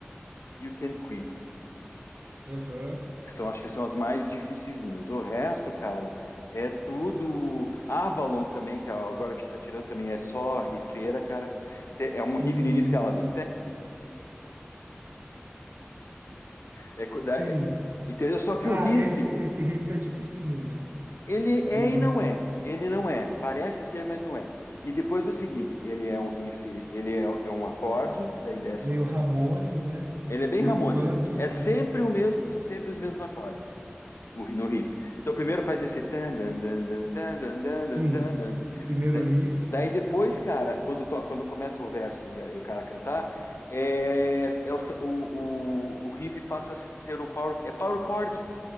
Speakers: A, on the left; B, on the right.
A: You Can Quit.
B: Aham,
A: São, acho que são as mais dificilzinhas. O resto, cara, é tudo. Avalon também, que agora que a gente tá tirando também é só rifeira, cara. Te- É
B: Sim,
A: um riff no início que é lá do. É co- da-
B: sim.
A: é- Entendeu? Só que
B: Ah,
A: o riff,
B: esse, esse riff é dificinho, né?
A: ele é
B: Esse
A: e
B: riff
A: não é. Ele não é. Parece ser, mas não é. E depois o seguinte: ele é um riff, ele é, é um acorde, daí desce
B: meio Ramones, né?
A: Ele é bem
B: Meio
A: Ramones.
B: punk, assim,
A: É sempre
B: né?
A: o mesmo, são sempre os mesmos acordes o- no riff. Então primeiro faz esse tan dan dan dan dan dan dan
B: Sim,
A: dan dan dan. dan.
B: o primeiro
A: Da-
B: riff.
A: Daí depois, cara, quando to- quando começa o verso e a- e o cara cantar, é, é o, sa- o, o, o riff passa a ser o power, é power chord.